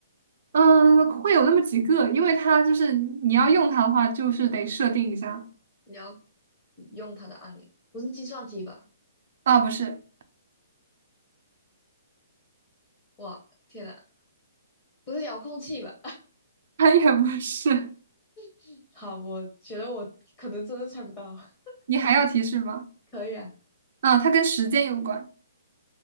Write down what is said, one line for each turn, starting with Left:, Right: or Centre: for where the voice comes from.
Right: 嗯，会有那么几个，因为它就是你要用它的话，就是得设定一下，
Left: 你要用它的按钮，不是计算机吧？
Right: 啊，不是，
Left: 哇，天呐，不是遥控器吧？
Right: 它也不是，
Left: <laughs> 好，我觉得我可能真的猜不到。<laughs>
Right: 你还要提示吗？
Left: 可以啊，
Right: 啊，它跟时间有关，